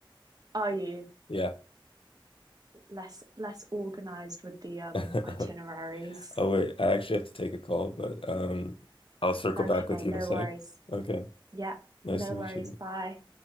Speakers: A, on the right; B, on the left.
A: Are you
B: Yeah.
A: less less organized with the um
B: <laughs>
A: itineraries?
B: Oh wait, I actually have to take a call, but um I'll circle
A: Okay,
B: back with you
A: no
B: in a sec.
A: worries.
B: Okay.
A: Yeah,
B: Nice
A: no
B: to meet
A: worries.
B: you.
A: Bye.